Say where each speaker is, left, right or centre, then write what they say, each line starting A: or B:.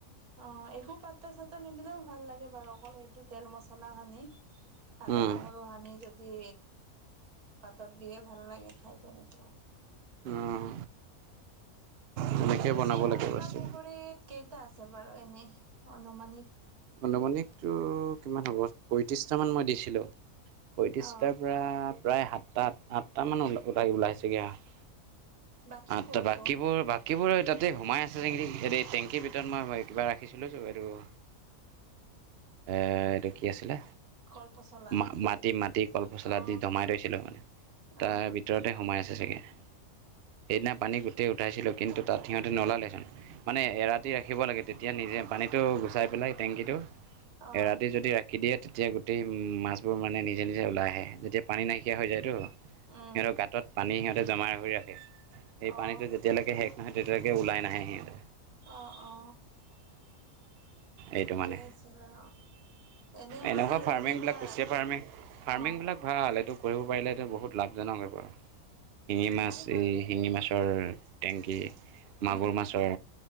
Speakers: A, on the right; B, on the right.
A: অ, একো পাতা চাতে নিদিলেও ভাল লাগে বাৰু, অকল সেইটো তেল মছলা সানি। আদা,
B: উম,
A: নহৰু সানি যদি পাতত দিয়ে ভাল লাগে খাই তেনেকেও।
B: উম। তেনেকে
A: কুচিয়া
B: বনাব লাগে
A: আপোনাৰ
B: বস্তু
A: পুখুৰীত কেইটা আছে বাৰু এনে অনুমানিক?
B: আনুমানিকতো কিমান হ'ব, পয়ত্ৰিশটা মান মই দিছিলো। পঁয়ত্ৰিশটাৰ
A: অ
B: পৰা প্ৰায় সাতটা আঠটা মান ওলাই ওলাইছেগে আ।
A: বাকী
B: আঠটা
A: ক'ত
B: বাকীবোৰ
A: গ'ল
B: বা কিবোৰ তাতেই সোমাই আছে নেকি। টেংকীৰ ভিতৰত মই কিবা ৰাখিছিলোঁ। এইটো কি আছিলে?
A: কল পচলা
B: মা-মাটি মাটি কলপচলা
A: অ
B: দি জমাই থৈছিলো তাৰ
A: অ
B: ভিতৰতে সোমাই আছে। ছেগে সেইদিনা পানী গোটেই উঠাইছিলো কিন্তু তাত সিহঁতে নলালে চোন। মানে এৰাতি ৰাখিব লাগে তেতিয়া নিজে পানীটো গুচাই পেলাই। টেংকিটো
A: অ অ
B: এৰাতি যদি ৰা কি দিয়ে তেতিয়া গোটেই মাছবোৰ মানে নিজে নিজে ওলাই আহে, তেতিয়া পানী নাইকিয়া হৈ যায়তো।
A: উম
B: সিহঁতৰ গাঁতত পানী সিহঁতে জমা কৰি ৰাখে, সেই
A: অ
B: পানীটো যেতিয়ালৈকে শেষ নাহয় তেতিয়ালেকে ওলাই নাহে সিহঁতে।
A: অ অ
B: এইটো
A: ঠিকেই
B: মানে
A: আছে অ। এনে
B: এনেকুৱা
A: মানে সেইদিনা
B: ফাৰ্মিংবিলাক কুচিয়া ফাৰ্মিং ফাৰ্মিংবিলাক
A: অ
B: ভাল এইটো কৰিব পাৰিলেটো বহুত লাভজনক হৈ পৰে, শিঙি মাছ
A: ভাল বাৰু
B: এই শিঙি মাছৰ টেংকী মাগুৰ
A: উম
B: মাছৰ,